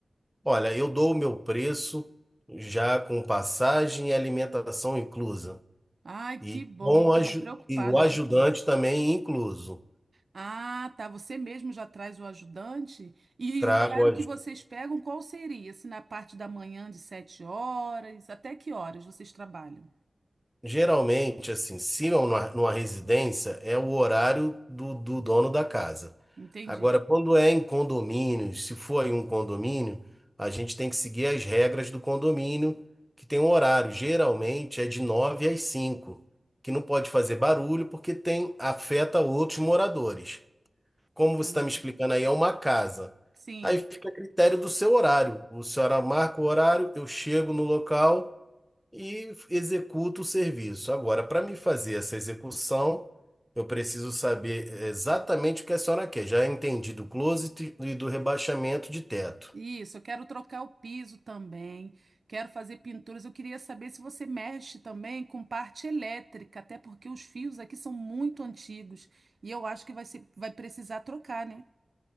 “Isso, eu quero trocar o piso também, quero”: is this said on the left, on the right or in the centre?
Right